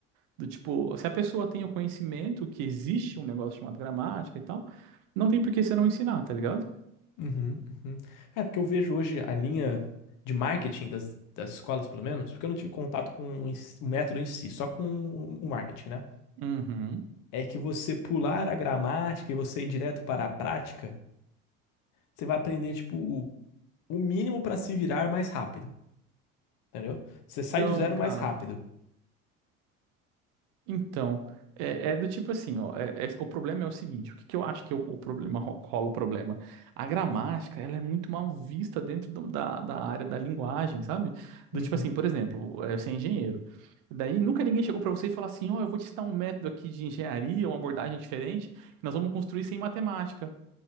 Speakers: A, on the right; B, on the left.
A: Do tipo, se a pessoa tem o conhecimento que existe um negócio chamado gramática e tal, não tem por que você não ensinar, tá ligado?
B: Uhum, uhum. É, porque eu vejo hoje a linha de marketing das, das escolas, pelo menos, porque eu não tive contato com o ens- o método em si, só com o o marketing, né?
A: Uhum.
B: É que você pular a gramática e você ir direto para a prática, você vai aprender, tipo, o o mínimo para se virar mais rápido, entendeu? Você sai
A: Então,
B: do zero
A: cara.
B: mais rápido.
A: Então, é, é do tipo assim, ó, é- é- o problema é o seguinte, o que, que eu acho que o, o problema <laughs> ro- rola o problema? A gramática, ela é muito mal vista dentro do- da, da área da linguagem, sabe? Do
B: Uhum.
A: tipo assim, por exemplo, é, você é engenheiro, daí nunca ninguém chegou pra você e falou assim, ó, eu vou te dar um método aqui de engenharia, uma abordagem diferente, que nós vamos construir sem matemática,